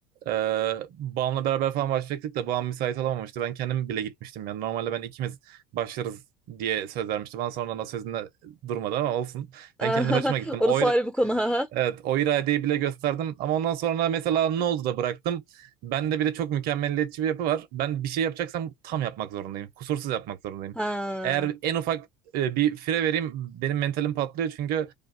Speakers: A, on the right; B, in the centre.
A: e, babamla beraber falan başlayacaktık da babam müsait olamamıştı. Ben kendim bile gitmiştim yani. Normalde ben ikimiz başlarız diye söz vermişti. Bana sonradan o sözünde durmadı ama olsun.
B: <laughs>
A: Ben kendi başıma gittim.
B: Orası
A: O,
B: ayrı bir konu ha
A: Evet o iradeyi bile gösterdim ama ondan sonra mesela ne oldu da bıraktım. Bende bir de çok mükemmeliyetçi bir yapı var. Ben bir şey yapacaksam tam yapmak zorundayım. Kusursuz yapmak zorundayım.
B: Ha.
A: Eğer en ufak e, bir fire vereyim benim mentalim patlıyor çünkü